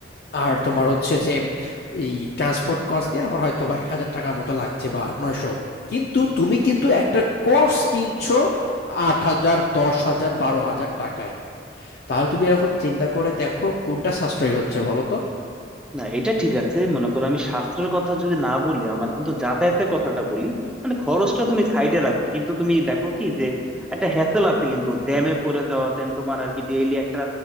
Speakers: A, on the left; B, in the centre.
A: আর তোমার হচ্ছে যে এই ট্রান্সপোর্ট কস্ট দিয়ে আমার হয়তোবা ১,০০০ টাকার মতো লাগছে বা ৯০০। কিন্তু তুমি কিন্তু একটা কোর্স কিনছো ৮,০০০, ১০,০০০, ১২,০০০ টাকায়। তাহলে তুমি এখন চিন্তা করে দেখো কোনটা সাশ্রয়ী হচ্ছে বলো তো?
B: না এটা ঠিক আছে মনে করো আমি স্বাস্থ্যের কথা যদি না বলি আমার কিন্তু যাতায়াতের কথাটা বলি মানে খরচটা তুমি সাইডে রাখো কিন্তু তুমি দেখো কি যে একটা হ্যাসেল আছে কিন্তু জ্যামে পড়ে যাওয়া দেন তোমার আর কি ডেইলি একটা